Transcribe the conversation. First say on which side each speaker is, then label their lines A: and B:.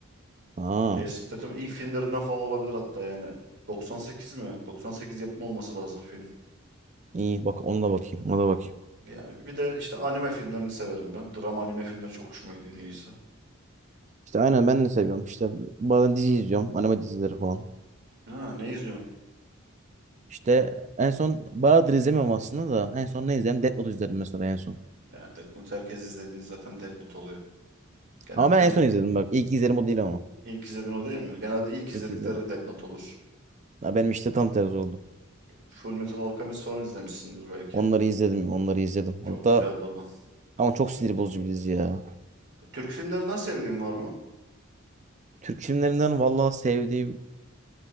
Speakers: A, on the right (about 35°); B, on the right (about 55°).
A: Aa,
B: Jason Statham'ın ilk filmlerinden falan olabilir hatta yani. 98 mi? 98 yapımı olması lazım film.
A: iyi bak ona da bakayım. Ona da bakayım.
B: Yani bir de işte anime filmlerini severim ben. Drama anime filmleri çok hoşuma gidiyor niyeyse.
A: İşte aynen ben de seviyorum. İşte bazen dizi izliyorum. Anime dizileri falan.
B: Ha, ne izliyorsun?
A: İşte en son bayağıdır izlemiyorum aslında da. En son ne izledim? Death Note izledim mesela en son.
B: Yani Death Note herkes izlediği zaten Death Note oluyor. Genelde
A: Ama ben
B: hem
A: en son izledim bak. İlk izlerim o değil ama.
B: ilk izlediğin o değil mi? Genelde ilk izledikleri
A: İlk izledim.
B: Death Note olur.
A: Ya benim işte tam tersi oldu.
B: Full Metal Alchemist falan izlemişsindir belki.
A: Onları izledim, onları izledim.
B: Çok
A: Hatta
B: güzeldi o da.
A: ama çok sinir bozucu bir dizi ya.
B: Türk filmlerinden sevdiğin var mı?
A: Türk filmlerinden vallahi sevdiğim